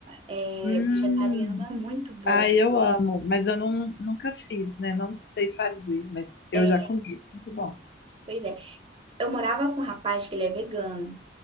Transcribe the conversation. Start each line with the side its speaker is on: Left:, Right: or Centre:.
Right: é,
Left: Hum,
Right: vegetariano é muito bom.
Left: ai, eu amo, mas eu não, nunca fiz, né? Não sei fazer, mas eu
Right: É,
Left: já comi. Muito bom.
Right: Pois é. Eu morava com um rapaz que ele é vegano.